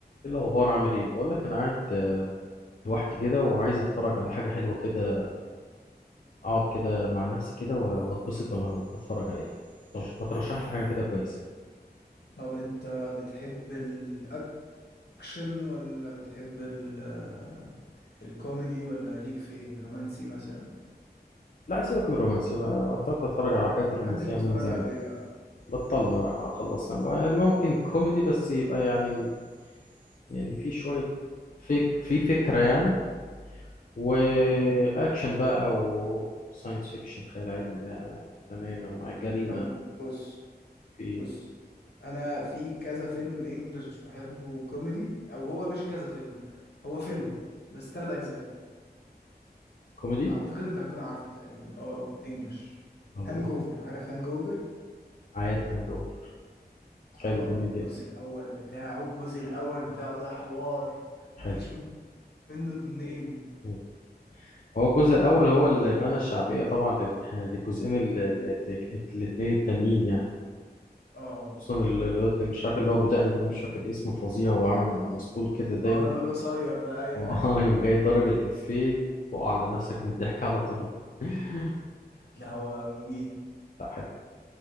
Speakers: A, on the left; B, on the left.
A: ايه الاخبار عامل ايه بقول لك انا قاعد آه، لوحدي كده وعايز اتفرج على حاجه حلوه كده اقعد كده مع نفسي كده و- واتبسط وانا بتفرج عليها طب ما ترشح لي حاجه كده كويسه
B: طب انت بتحب الاكشن ولا بتحب ال آه، الكوميدي ولا ليك في رومانسي مثلا
A: لا سيبك من الرومانسيه بقى بطلت اتفرج على حاجات
B: محدش
A: الرومانسيه
B: بيتفرج
A: من زمان
B: عليه
A: بطلنا بقى خلصنا بقى ممكن كوميدي بس يبقى يعني يعني في شويه فيك في فكره يعني واكشن
B: امم
A: بقى او ساينس فيكشن خيال علمي بقى تمام انا معاك جريمه
B: طب بص
A: اوكي
B: بص انا في كذا فيلم انجلش بحبه كوميدي او هو مش كذا فيلم هو فيلم بس تلات اجزاء
A: كوميدي
B: اعتقد انت هتكون عارفه تقريبا اه انجلش
A: طب قول
B: هانجوفر عارف هانجوفر
A: عارف هانج اوفر حلو
B: اه
A: جميل
B: الجزء
A: جدا
B: الاول بتاعه الجزء الاول بتاعه ده حوار
A: حلو
B: مفيش منه اتنين
A: مم. هو الجزء
B: فاهم
A: الأول هو اللي بنى الشعبية طبعا لل- <laughs> للجزئين ال- ال- ال- الاتنين التانيين يعني
B: اه
A: خصوصا ال- الواد اللي مش عارف اللي هو أبو دقن ده أنا مش فاكر اسمه فظيع وعامل مسطول كده دايما
B: اه اللي هو القصير
A: <laughs>
B: ده ايوه
A: اه
B: <laughs>
A: يوم جاي ضارب الإفيه تقع على نفسك من الضحك على طول <laughs>
B: لا هو مميت
A: لا حلو